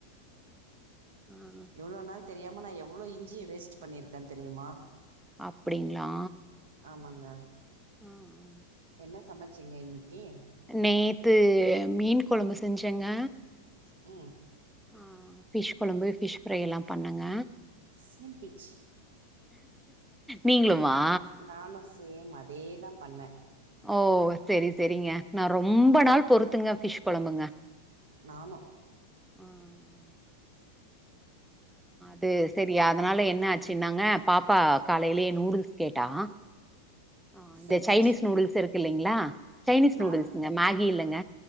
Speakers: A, in the centre; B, on the right.
A: ம்
B: இவ்ளோ நாள் தெரியாமல் நா எவ்ளோ இஞ்சிய வேஸ்ட் பண்ணிருக்கே தெரியுமா
A: அப்டிங்ளா
B: ஆமாங்க
A: ஹ ஹ
B: என்ன சமைச்சிங்க இன்னைக்கி
A: நேத்து மீன் கொழம்பு செஞ்சேங்க
B: ம்
A: ஆ பிஷ் கொழம்பு பிஷ் ஃப்ரை எல்லா பண்ணங்க
B: சேம்ப்பிஞ்ச்
A: நீங்ளுமா
B: நானு சேம் அதே தா பண்ணே
A: ஓ செரி செரிங்க நா ரொம்ப நாள் பொறுத்துங்க ஃபிஷ் கொழம்புங்க
B: நானு
A: ஆ. ஆ. து சரியா அதனால என்ன ஆச்சுன்னாங்க பாப்பா காலையிலயே நூடுல்ஸ் கேட்டா ஆ இந்த
B: சேம்பிச்
A: சைனீஸ் நூடுல்ஸ் இருக்கு இல்லிங்ளா சைனீஸ்
B: நான்
A: நூடுல்ஸ்ங்க மேகி இல்லங்க